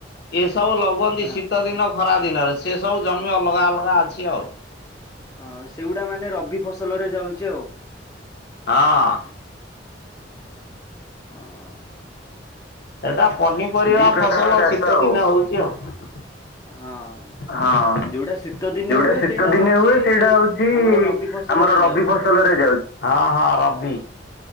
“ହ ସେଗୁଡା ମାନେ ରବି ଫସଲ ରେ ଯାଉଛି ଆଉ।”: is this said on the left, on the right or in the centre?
Left